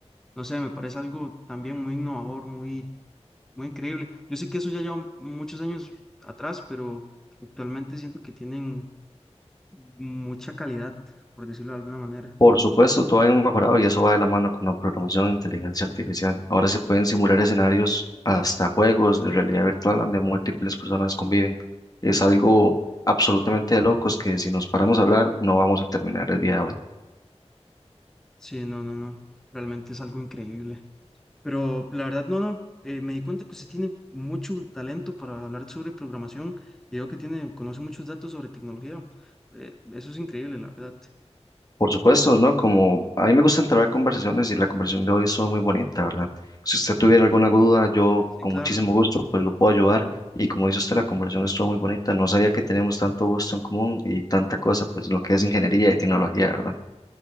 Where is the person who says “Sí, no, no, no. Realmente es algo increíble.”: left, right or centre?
Centre